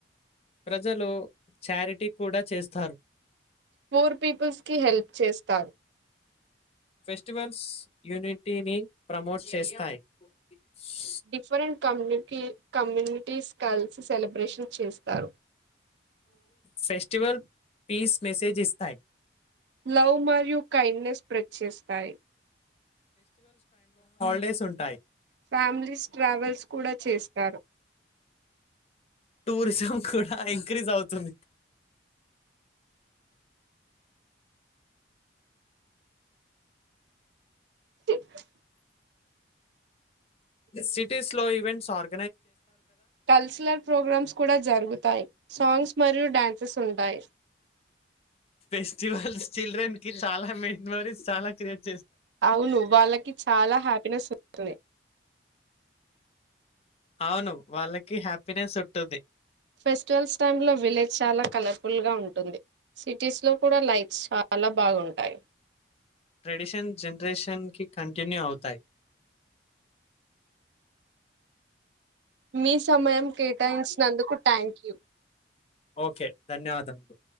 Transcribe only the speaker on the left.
ప్రజలు చారిటీ కూడ చేస్తారు
ఫెస్టివల్స్ యూనిటీని ప్రమోట్స్ చేస్తాయి ష్
ఫెస్టివల్ పీస్ మెసేజ్ ఇస్తాయి
ప్లేస్ ఉంటాయి
టూరిజం కూడ ఇంక్రీజ్ అవుతుంది
ది సిటీస్ లో ఈవెంట్స్ ఆర్
ఫెస్టివల్స్ చిల్డ్రన్ కి చాల మెమరిస్ చాలా గ్రేట్
అవును వాళ్ళకి హ్యాపీ నెస్ ఉంటుంది
ట్రెడిషన్ జనరేషన్ కి కంటిన్యూ అవుతాయి
ఓకే ధన్యవాదములు